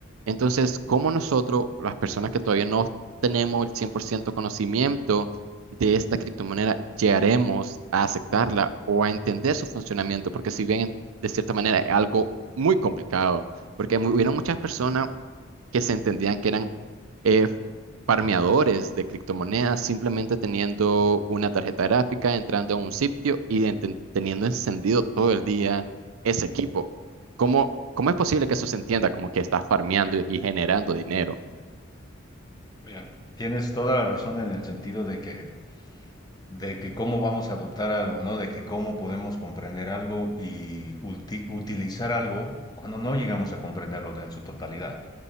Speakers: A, on the right (about 85°); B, on the left (about 20°).
A: Entonces, ¿cómo nosotros, las personas que todavía no tenemos el 100% conocimiento de esta criptomoneda, llegaremos a aceptarla o a entender su funcionamiento? Porque si bien de cierta manera es algo muy complicado, porque mu- hubieron muchas personas que se entendían que eran eh, farmeadores de criptomonedas simplemente teniendo una tarjeta gráfica, entrando a un sitio y enten- teniendo encendido todo el día ese equipo. ¿Cómo, cómo es posible que eso se entienda como que estás farmeando y y generando dinero?
B: Mira, tienes toda la razón en el sentido de que, de que cómo vamos a adoptar algo, ¿no? De que cómo podemos comprender algo y ulti- utilizar algo cuando no llegamos a comprenderlo en su totalidad.